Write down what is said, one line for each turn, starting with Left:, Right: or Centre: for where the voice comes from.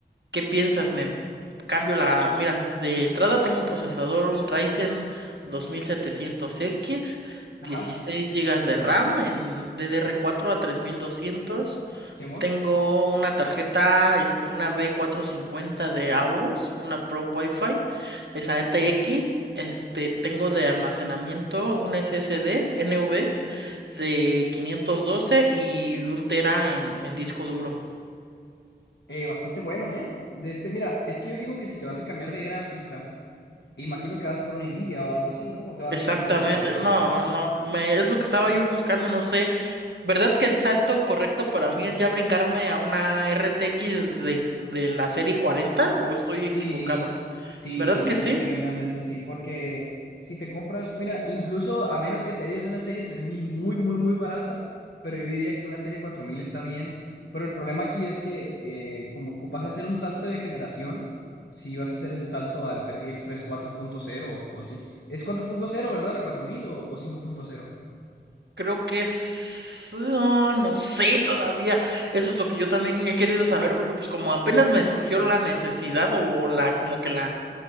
Right: ¿qué piensas? Me cambio la... Mira, de entrada tengo un procesador, un Ryzen dos mil setecientos x
Left: Ajá,
Right: 16 gigas de RAM en ddr cuatro a tres mil doscientos
Left: Simón.
Right: tengo una tarjeta, este, una B450 de Aorus, una Pro Wi-Fi, esa ETX. Este, tengo de almacenamiento un SSD NV de 512 y un tera en, en disco duro.
Left: Eh, bastante bueno, ¿eh? De este, mira, es que yo digo que si te vas a cambiar de gráfica, imagino que vas por una Nvidia o algo así, ¿no? O te vas
Right: Exactamente,
Left: a seguir por un Radeon.
Right: no, no, me, es lo que estaba yo buscando, no sé. ¿Verdad que el salto correcto para mí es ya brincarme a una RTX de, de la serie 40 o estoy equivocado?
Left: Sí, sí,
Right: ¿Verdad
Left: sí,
Right: que sí?
Left: genuinamente sí, porque si te compras, mira, incluso a menos que te hayas una serie 3000 muy, muy, muy barata, pero yo diría que una serie 4000 está bien, pero el problema aquí es que eh, como cu- vas a hacer un salto de generación, si vas a hacer el salto al PCI Express 4.0 o, o sí, es cuatro punto cero, ¿verdad? La 4000 o, o cinco punto cero.
Right: Creo que es... ah, no sé todavía. Eso es lo que yo también he querido saber, porque pues como apenas me surgió la necesidad o la como que la